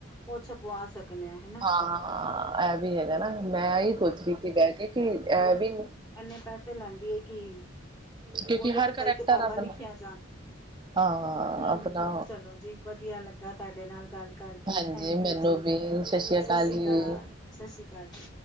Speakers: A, on the left; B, on the right.
A: ਓ ਛਪਵਾ ਸਕਨੇ ਆ। ਹਨਾ।
B: ਹਾਂ-ਹਾਂ ਐ ਵੀ ਹੈਗਾ ਨਾ ਮੈਂ ਏਈ ਸੋਚ ਰੀ ਸੀ ਬੈਕੇ ਕਿ ਅ ਵੀ
A: ਐਨੇ ਪੈਸੇ ਲੈਂਦੀ ਏ ਕਿ
B: ਕਿਉਂਕਿ
A: ਉਦੇ
B: ਹਰ
A: 'ਤੇ
B: ਕਰੈਕਟਰ
A: ਕਈ ਕਿਤਾਬਾਂ
B: ਆਪਣਾ
A: ਲਿਖੀਆਂ ਜਾਣ,
B: ਹਾਂ
A: ਹੂੰ
B: ਆਪਣਾ
A: ਚਲੋ ਜੀ ਵਧੀਆ ਲੱਗਾ ਤੁਹਾਡੇ ਨਾਲ ਗੱਲ ਕਰਕੇ
B: ਹਾਂਜੀ
A: ਥੈਂਕੂ
B: ਮੈਨੂੰ
A: ਜੀ,
B: ਵੀ ਸਤਿ ਸ੍ਰੀ ਅਕਾਲ
A: ਸ ਸ਼੍ਰੀ
B: ਜੀ
A: ਕਾਲ। ਸ ਸ਼੍ਰੀ ਕਾਲ ਜੀ।